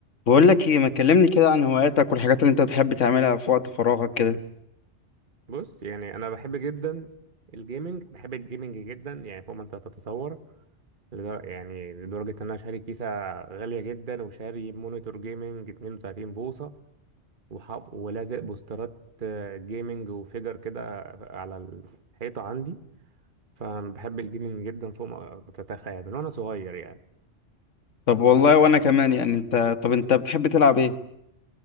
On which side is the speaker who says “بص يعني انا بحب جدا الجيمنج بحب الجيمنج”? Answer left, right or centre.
Right